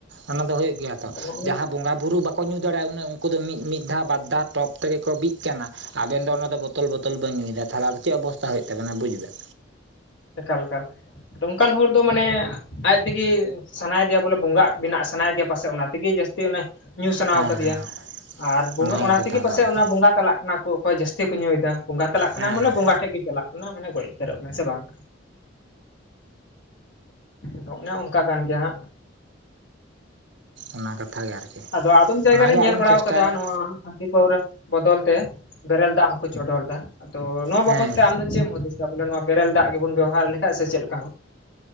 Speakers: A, on the right; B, on the left.
A: ᱚᱱᱟ ᱫᱚ ᱦᱩᱭᱩᱜ ᱜᱮᱭᱟ ᱛᱚ
B: ᱱᱚᱜᱼᱚ ᱱᱤᱭᱟᱹ
A: ᱡᱟᱦᱟᱸ ᱵᱚᱸᱜᱟ ᱵᱩᱨᱩ ᱵᱟᱠᱚ ᱧᱩ ᱫᱷᱚᱨᱳ ᱩᱱᱟᱹᱜ ᱩᱱᱠᱩ ᱫᱚ ᱢᱤᱫ ᱫᱷᱟᱣ ᱵᱟᱫᱫᱷᱟ ᱴᱚᱯ ᱛᱮᱜᱮ ᱠᱚ ᱵᱤᱜ ᱠᱟᱱᱟ ᱟᱵᱮᱱ ᱫᱚ ᱚᱱᱟ ᱵᱚᱛᱚᱞ ᱵᱚᱛᱚᱞ ᱵᱚ ᱧᱩᱭᱮᱫᱟ ᱛᱟᱦᱚᱞᱮᱫᱚ ᱪᱮᱫ ᱚᱵᱚᱥᱛᱟ ᱦᱩᱭᱩᱜ ᱛᱟᱵᱱᱟ ᱵᱩᱡ ᱵᱮᱱ
B: ᱮᱠᱟᱞ ᱮᱠᱟᱞ ᱱᱚᱝᱠᱟᱱ ᱦᱚᱲ ᱫᱚ ᱢᱟᱱᱮ ᱟᱡ ᱛᱮᱜᱮ ᱥᱟᱱᱟᱭᱫᱮᱭᱟ ᱵᱚᱞᱮ ᱵᱚᱸᱜᱟᱜ ᱵᱮᱱᱟᱜ ᱥᱟᱱᱟᱭᱮᱫᱮᱭᱟ ᱯᱟᱥᱮᱡ ᱚᱱᱟ ᱛᱮᱜᱮ ᱡᱟᱹᱥᱛᱤ ᱛᱮ ᱧᱩ ᱥᱟᱱᱟ
A: ᱦᱮᱸ
B: ᱠᱟᱫᱮᱭᱟ
A: ᱦᱮᱸ
B: ᱟᱨ ᱵᱚᱸᱜᱟ
A: ᱚᱱᱟᱜᱮ
B: ᱚᱱᱟ
A: ᱠᱟᱛᱷᱟ
B: ᱛᱮᱜᱮ
A: ᱫᱚ
B: ᱯᱟᱥᱮᱡ
A: ᱟᱨᱠᱤ
B: ᱚᱱᱟ ᱵᱚᱸᱜᱟ ᱛᱟᱞᱟᱜ ᱠᱟᱱᱟ ᱠᱚ ᱚᱠᱚᱭ ᱡᱟᱹᱥᱛᱤ ᱛᱮ ᱠᱚ ᱧᱩᱭᱮᱫᱟ ᱵᱚᱸᱜᱟ ᱛᱟᱞᱟᱜ ᱠᱟᱱᱟ
A: ᱦᱮᱸ
B: ᱢᱟᱱᱮ
A: ᱦᱮᱸ
B: ᱵᱚᱸᱜᱟ ᱴᱷᱮᱡ ᱜᱮ ᱪᱟᱞᱟᱜ ᱠᱟᱱᱟ ᱢᱟᱱᱮ ᱜᱚᱡ ᱩᱛᱟᱹᱨᱚᱜ ᱠᱟᱱᱟ ᱥᱮ ᱵᱟᱝ ᱫᱚ ᱚᱱᱮ ᱚᱱᱠᱟ ᱠᱟᱱ ᱜᱮᱭᱟ ᱦᱟᱸᱜ
A: ᱚᱱᱟ ᱠᱟᱛᱷᱟᱜ ᱜᱮ ᱟᱨᱠᱤ
B: ᱟᱫᱚ ᱟᱫᱚᱢ ᱡᱟᱭᱜᱟ
A: ᱚᱱᱟᱜᱮ
B: ᱨᱤᱧ
A: ᱟᱵᱚ
B: ᱧᱮᱞ
A: ᱵᱚᱱ
B: ᱵᱟᱲᱟ
A: ᱪᱮᱥᱴᱟᱭᱟ
B: ᱟᱠᱟᱫᱟ ᱱᱚᱣᱟ ᱦᱟᱺᱰᱤ ᱯᱟᱹᱣᱨᱟᱹ ᱵᱚᱫᱚᱞ ᱛᱮ ᱵᱮᱨᱮᱞ ᱫᱟᱜ ᱦᱚᱸᱠᱚ ᱪᱚᱰᱚᱨ ᱫᱟ ᱟᱫᱚ ᱱᱚᱣᱟ
A: ᱦᱮᱸ
B: ᱵᱟᱵᱚᱛ ᱛᱮ ᱟᱢᱫᱚ ᱪᱮᱫ ᱮᱢ ᱦᱩᱫᱤᱥᱟ ᱵᱚᱞᱮ ᱱᱚᱣᱟ ᱵᱮᱨᱮᱞ ᱫᱟᱜ ᱜᱮᱵᱚᱱ ᱵᱮᱣᱚᱦᱟᱨ ᱞᱮᱠᱷᱟᱡ ᱥᱮ ᱪᱮᱫ ᱞᱮᱠᱟ